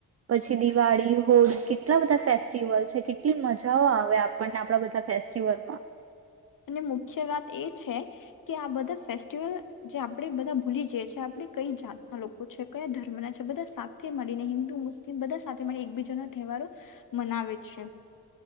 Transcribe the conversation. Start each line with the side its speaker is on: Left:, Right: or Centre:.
Right: પછી દિવાળી હોળી કેટલા બધા ફેસ્ટિવલ છે કેટલી મજાઓ આવે આપણને આપણા બધા ફેસ્ટિવલમાં.
Left: અને મુખ્ય વાત એ છે કે આ બધા ફેસ્ટિવલ જે આપડે બધા ભૂલી જઈ છીએ આપણે કઈ જાતના લોકો છે કયા ધર્મના છે બધા સાથે મળીને હિન્દુ મુસ્લિમ બધા સાથે મળી એકબીજાનો તહેવારો મનાવે છે.